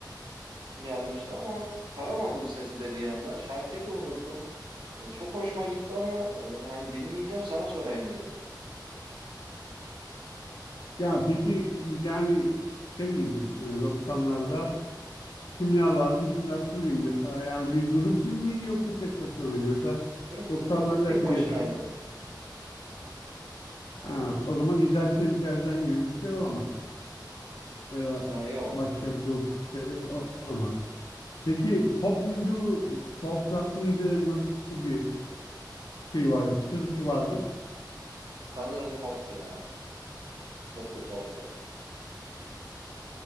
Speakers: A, on the right (about 85°); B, on the left (about 70°).
A: gelmişti ama paramadım sesi de bir yandan. Şarkıyı da unuttum. E, çok hoşuma gitti ama e, hani dinleyeceğim sana sorayım dedim.
B: Ya peki yani şey miydi? Hani 90'larda kimler vardı şimdi hatırlayayım mesela yani bir grup gibi miydi yoksa tek başına mıydı? Mesela
A: Yok
B: 90'larda
A: Yok. Tek
B: biliyorsun
A: başınaydı.
B: ha, o zaman İzel Çelik Ercan gibi bir şey olamaz ya da
A: E, yok.
B: başka grup şeyleri ol- olamaz. Peki pop muydu, soft rock mıydı, nasıl bir şey vardı, tınısı vardı?
A: Sanırım poptu ya. Poptu poptu.